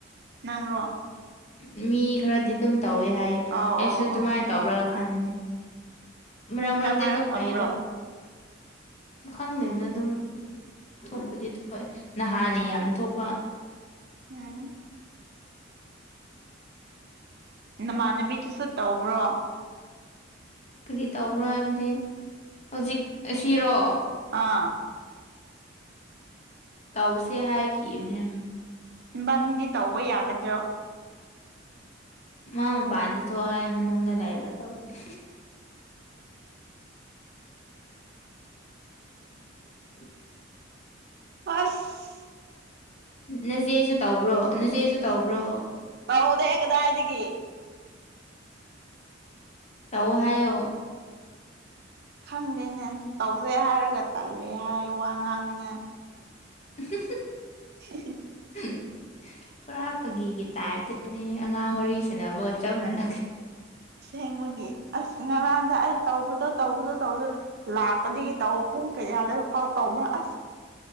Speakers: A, on the right (about 55°); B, on the left (about 35°).
A: ꯅꯪ꯭ꯔꯣ
B: ꯎ ꯃꯤ ꯈꯔꯗꯤ ꯑꯗꯨꯝ ꯇꯧꯋꯦ ꯍꯥꯏ
A: ꯑꯧ
B: ꯑꯩꯁꯨ
A: ꯑꯧ
B: ꯑꯗꯨꯃꯥꯏꯅ
A: ꯑꯧ
B: ꯇꯧꯔꯒ ꯈꯟꯅꯤ ꯃꯔꯛ
A: ꯍꯟꯗꯛ
B: ꯃꯔꯛꯇꯤ ꯑꯗꯨꯝ
A: ꯐꯕ꯭ꯔꯣ
B: ꯐꯩꯌꯦꯕ ꯈꯪꯗꯦꯅ ꯑꯗꯨꯝ ꯈꯣꯠꯄꯗꯤ ꯊꯣꯛꯦ ꯅꯍꯥꯟꯗ ꯌꯥꯝꯅ ꯊꯣꯛꯄ
A: ꯎꯝ ꯅꯃꯥꯟꯅꯕꯤꯗꯨꯁꯨ ꯇꯧꯕ꯭ꯔꯣ
B: ꯀꯔꯤ ꯇꯧꯕ꯭ꯔꯣ ꯍꯥꯏꯕꯗꯤ ꯍꯧꯖꯤꯛ ꯑꯁꯤꯔꯣ
A: ꯑꯥ
B: ꯇꯧꯁꯦ ꯍꯥꯏꯈꯤꯕꯅꯦ
A: ꯏꯕꯥꯅꯤꯗꯤ ꯇꯧꯕ ꯌꯥꯒꯗ꯭ꯔꯣ
B: ꯃꯥ ꯃꯄꯥꯟꯗ ꯊꯣꯛꯑ ꯑꯩ ꯃꯅꯨꯡꯗ ꯂꯩꯔꯒ ꯇꯧꯕꯅꯦ <unintelligible>
A: ꯍꯁ
B: ꯅꯆꯦꯁꯨ ꯇꯧꯕ꯭ꯔꯣ ꯅꯆꯦꯁꯨ ꯇꯧꯕ꯭ꯔꯣ
A: ꯇꯥꯎꯗ ꯀꯗꯥꯗꯤꯗꯒꯤ
B: ꯇꯧ ꯍꯥꯏꯣ
A: ꯈꯪꯗꯦꯅꯦ ꯇꯧꯁꯦ ꯍꯥꯏꯔꯒ ꯇꯜꯂꯦ ꯍꯥꯏ ꯋꯥ ꯉꯥꯡꯅꯤꯉꯥꯏ
B: <unintelligible>
A: <unintelligible>
B: ꯎꯝ ꯄꯨꯔꯥ ꯐꯥꯒꯤꯒꯤ ꯇꯥꯏꯞꯇꯅꯤ ꯑꯉꯥꯡ ꯋꯥꯔꯤꯁꯤꯅꯕ ꯆꯞ ꯃꯥꯟꯅꯦ
A: ꯁꯦꯡꯕꯒꯤ ꯑꯁ ꯉꯔꯥꯡꯗ ꯑꯩ ꯇꯧꯕꯗꯣ ꯇꯧꯕꯗꯣ ꯇꯧꯕꯗ ꯂꯥꯛꯄꯗꯒꯤ ꯇꯧꯔ ꯄꯨꯡ ꯀꯌꯥ ꯂꯩꯣꯏꯕ ꯐꯥꯎ ꯇꯧꯕꯕ ꯑꯁ